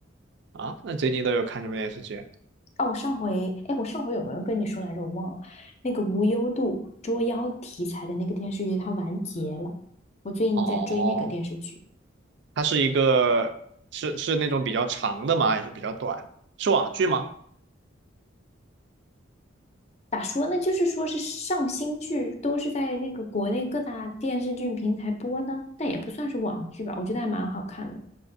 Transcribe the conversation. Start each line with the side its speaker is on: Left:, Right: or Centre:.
Right: 啊？那最近都有看什么电视剧？
Left: 哦，我上回，哎，我上回有没有跟你说来着？我忘了。那个无忧渡捉妖题材的那个电视剧，它完结了。我最近在追那个电视剧。
Right: 哦，它是一个是是那种比较长的吗？还是比较短是网剧吗？
Left: 咋说呢？就是说是上新剧都是在那个国内各大电视剧平台播的，但也不算是网剧吧，我觉得还蛮好看的，